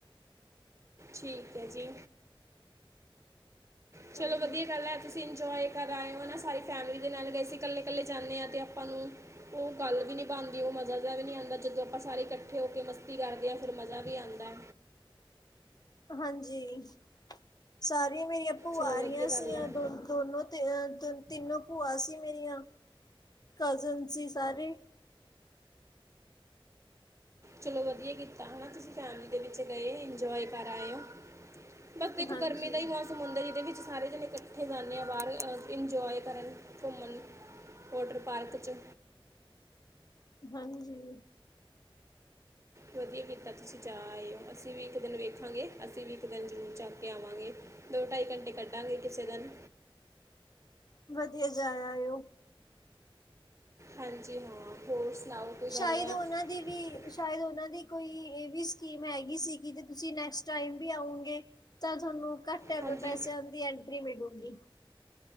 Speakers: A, on the right (about 30°); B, on the left (about 45°).
A: ਠੀਕ ਐ ਜੀ। ਚਲੋ
B: ਹਾਂਜੀ
A: ਵਧੀਆ ਗੱਲ ਐ ਤੁਸੀਂ ਇੰਜੋਏ ਕਰ ਆਏ ਓ ਨਾ ਸਾਰੀ ਫੈਮਲੀ ਦੇ ਨਾਲ ਗਏ ਸੀ ਕੱਲੇ-ਕੱਲੇ ਜਾਂਨੇ ਆ 'ਤੇ ਆਪਾਂ ਨੂੰ ਓ ਗੱਲ ਵੀ ਨੀ ਬਣਦੀ ਓ ਮਜ਼ਾ ਜਾ ਵੀ ਨੀ ਆਂਦਾ ਜਦੋਂ ਆਪਾਂ ਸਾਰੇ ਇਕੱਠੇ ਹੋ ਕੇ ਮਸਤੀ ਕਰਦੇ ਆ ਫੇਰ ਮਜ਼ਾ ਵੀ ਆਂਦਾ।
B: ਹਾਂਜੀ, ਸਾਰੀਆਂ ਮੇਰੀਆਂ ਭੂਆਂ
A: ਚਲੋ
B: ਆ
A: ਵਧੀਆ
B: ਰੀਆ
A: ਗੱਲ
B: ਸੀਆ
A: ਹੈ
B: ਦੋ ਦੋਨੋ 'ਤੇ ਅ ਤਨ ਤਿੰਨੋ ਭੂਆਂ ਸੀ ਮੇਰੀਆਂ, ਕਜ਼ਨ ਸੀ ਸਾਰੇ
A: ਚਲੋ ਵਧੀਆ ਕੀਤਾ ਹਨਾ ਤੁਸੀਂ ਫੈਮਿਲੀ ਦੇ ਵਿੱਚ ਗਏ ਇੰਜੋਏ ਕਰ ਆਏ ਓ। ਬਸ ਦੇਖੋ
B: ਹਾਂਜੀ।
A: ਗਰਮੀ ਦਾ ਈ ਮੌਸ ਮ ਹੁੰਦਾ ਜੀਦੇ ਵਿੱਚ ਸਾਰੇ ਜਣੇ ਕੱਠੇ ਜਾਣੇ ਆ ਬਾਰ ਅ ਇੰਜੋਏ ਕਰਨ, ਘੁੰਮਣ ਵੋਟਰ ਪਾਰਕ 'ਚ।
B: ਹਾਂਜੀ।
A: ਵਧੀਆ ਕੀਤਾ ਤੁਸੀਂ ਜਾ ਆਏ ਓ ਅਸੀਂ ਵੀ ਇੱਕ ਦਿਨ ਵੇਖਾਂਗੇ ਅਸੀਂ ਵੀ ਇੱਕ ਦਿਨ ਜ਼ਰੂਰ ਜਾ ਕੇ ਆਵਾਂਗੇ। ਦੋ, ਟਾਈ ਘੰਟੇ ਕੱਢਾਂਗੇ ਕਿਸੇ ਦਿਨ।
B: ਵਧੀਆ ਜਾ ਆਏ ਓ।
A: ਹਾਂਜੀ ਹਾਂ ਹੋਰ ਸੁਣਾਓ? ਕੋਈ
B: ਸ਼ਾਇਦ ਉਨਾ
A: <inaudible>
B: ਸ਼ਾਇਦ ਉਨਾਂ ਦੀ ਕੋਈ ਏ ਵੀ ਸਕੀਮ ਹੈਗੀ ਸੀ ਕੀ ਜੇ ਤੁਸੀਂ ਨੈਕਸਟ ਟਾਈਮ ਵੀ ਆਓਗੇ ਤਾਂ ਥੋਨੂੰ ਕੱਟ
A: ਹਾਂਜੀ
B: ਪੈਸਿਆਂ ਦੀ ਐਂਟਰੀ ਮਿਲੂਗੀ।